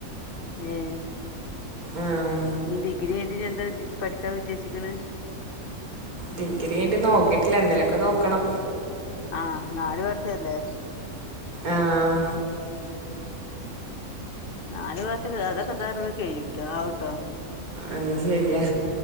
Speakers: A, on the left; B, on the right.
A: ഏഹ്
B: ആഹ്
A: ഇനി ഡിഗ്രി കയിഞ്ഞിട്ടിനി എന്താ പഠിക്കാൻ ഉദ്ദേശിക്കുന്നെ
B: ഡിഗ്രി കൈഞ്ഞിട്ട് നോക്കീട്ടില്ല എന്തേലൊക്കെ നോക്കണം
A: ആഹ് നല് വർഷല്ലേ
B: ആഹ്
A: നാല് വർഷൊക്കെ അതൊക്കെ താ കയൂട്ടോ ആവുട്ടോ
B: അത് ശരിയാ